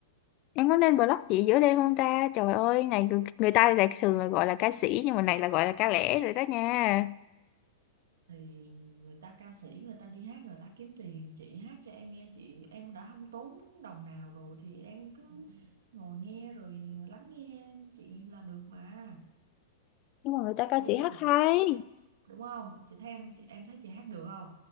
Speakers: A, on the left (about 45°); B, on the right (about 80°).
A: Em có nên blog chị giữa đêm không ta? Trời ơi, này người người ta lại thường là gọi là ca sĩ nhưng mà này là gọi là ca lẻ rồi đó nha.
B: thì người ta ca sĩ người ta đi hát người ta kiếm tiền chị hát cho em nghe chị em đã không tốn đồng nào rồi thì em cứ ngồi nghe rồi lắng nghe chị là được mà
A: nhưng mà người ta ca
B: biết
A: sĩ hát
B: không
A: hay
B: đúng không chị thấy em chị em thấy chị hát được không